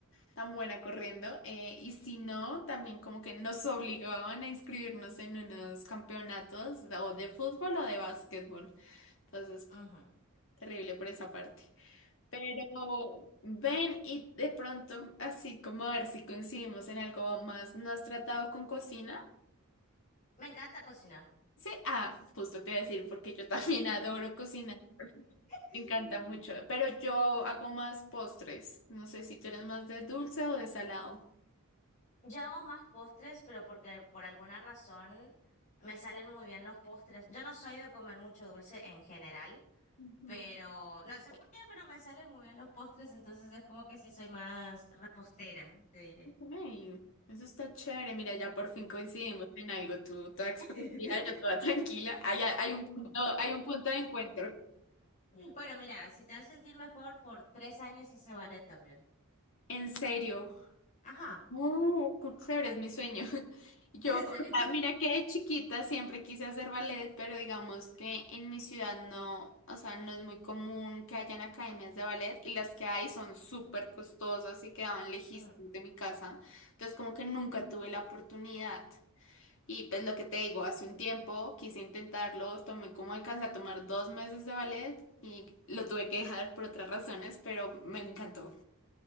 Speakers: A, on the left; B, on the left.
A: tan buena corriendo. Eh, y si no, también como que nos obligaban a inscribirnos en unos campeonatos o de fútbol o de básquetbol. Entonces,
B: Ujú.
A: terrible por esa parte. Pero ven y de pronto, así como a ver si coincidimos en algo más, ¿no has tratado con cocina?
B: Me encanta cocinar. <laughs>
A: Sí, ah, justo te iba a decir, porque yo también <laughs> adoro cocinar,
B: Mm.
A: me encanta mucho, pero yo hago más postres, no sé si tú eres más de dulce o de salado.
B: Yo hago más postres, pero porque por alguna razón me salen muy bien los postres. Yo no soy de comer mucho dulce en general,
A: Ujú,
B: Pero no sé por qué, pero me salen muy bien los postres, entonces es como que sí soy más repostera, te diré.
A: ok, Eso está chévere, mira, ya por fin coincidimos en algo, tú toda explosiva,
B: <laughs>
A: yo toda <laughs> tranquila, hay, hay un punto, hay un punto de encuentro.
B: Bueno, mira, si te hace sentir mejor, por tres años hice ballet también.
A: En serio.
B: Ajá,
A: Oh, qué chévere, es mi sueño. <laughs> Yo,
B: <laughs> en
A: o
B: serio.
A: sea, mira que de chiquita siempre quise hacer ballet, pero digamos que en mi ciudad no, o sea, no es muy común que hayan academias de ballet y las que hay son súper costosas y quedaban lejísimos
B: Mm.
A: de mi casa. Entonces, como que nunca tuve la oportunidad. Y pues lo que te digo, hace un tiempo quise intentarlo, tomé como alcancé a tomar dos meses de ballet y lo tuve que dejar por otras razones, pero me encantó.